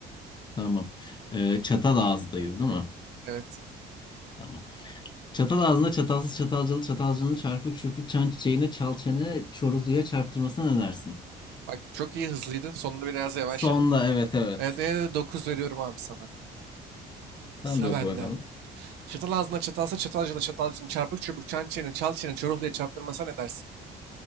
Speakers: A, on the left; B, on the right.
A: Tamam. Ee, çatal ağızdayız değil mi?
B: Evet.
A: Tamam. Çatal ağzında çatalsız çatalcılı çatalcının çarpık çırpık çan çiçeğine çal çene çoruluya çarptırmasına ne dersin?
B: Bak çok iyi hızlıydın. Sonunda biraz yavaşladın.
A: Sonda evet evet.
B: Evet yine de 9 veriyorum abi sana.
A: Sen
B: Sıra
A: de oku
B: bende.
A: bakalım.
B: Çatal ağzına çatalsa çatalcına çatalcının çarpık çubuk çan çene çal çene çoruhluya çarptırmasa ne dersin?